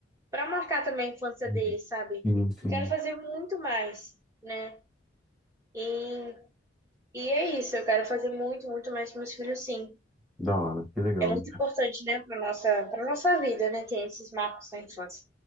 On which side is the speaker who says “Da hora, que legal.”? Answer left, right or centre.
Centre